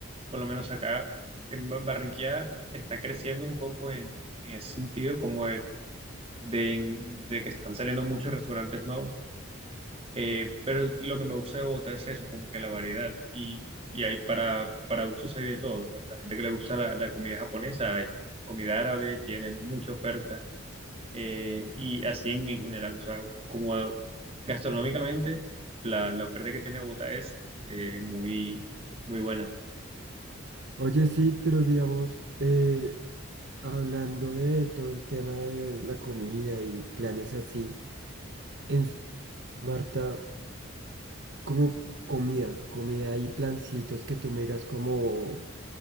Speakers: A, on the right (about 25°); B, on the right (about 55°).
A: Por lo menos acá en Ba- Barranquilla está creciendo un poco en, en ese sentido como de de, de que están saliendo muchos restaurantes nuevos, eh, pero lo que me gusta de Bogotá es eso, como que la variedad y, y hay para, para gustos hay de todo, o sea, la gente que le gusta la, la comida japonesa, hay comida árabe, tiene mucha oferta eh, y así en, en general, o sea, como a- gastronómicamente la, la oferta que tiene Bogotá es eh, muy, muy buena.
B: Oye, sí, pero digamos, eh, hablando de todo el tema de la comida y planes así, en Santa Marta, como comida, comida y plancitos que tú me digas como,